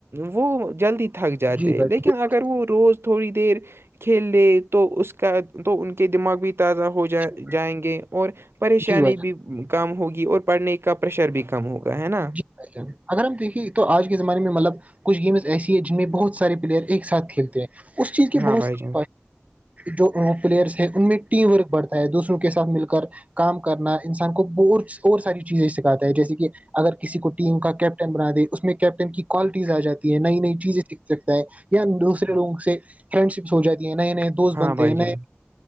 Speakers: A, on the right; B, on the right.
A: وہ جلدی تھک جاتے
B: جی بھائی
A: لیکن
B: بالکل
A: اگر وہ روز تھوڑی دیر کھیل لے تو اس کا تو ان کے دماغ بھی تازہ ہو جائے
B: صحیح،
A: جائیں گے اور پریشانی
B: جی بھائی جان
A: بھی کم ہوگی اور پڑھنے کا پریشر بھی کم ہوگا ہے نا
B: جی اگر ہم دیکھیں تو آج کے زمانے میں مطلب کچھ گیمز ایسی ہے جن میں بہت سارے پلیئر ایک ساتھ کھیلتے ہیں اس چیز کے
A: ہاں
B: بہت
A: بھائی
B: سے
A: جان
B: جو پلیئرس ہے ان میں ٹیم ورک بڑھتا ہے دوسروں کے ساتھ مل کر کام کرنا انسان کو ب اور ساری چیزیں سکھاتا ہے جیسے کہ اگر کسی کو ٹیم کا کیپٹن بنا دے اس میں کیپٹن کی کوالٹیز آ جاتی ہے نئی نئی چیزیں سیکھ سکتا ہے یا دوسرے لوگوں سے فرینڈ شپس ہو جاتی ہیں نئے نئے دوست
A: ہاں
B: بنتے
A: بھائی
B: ہیں
A: جان
B: نئے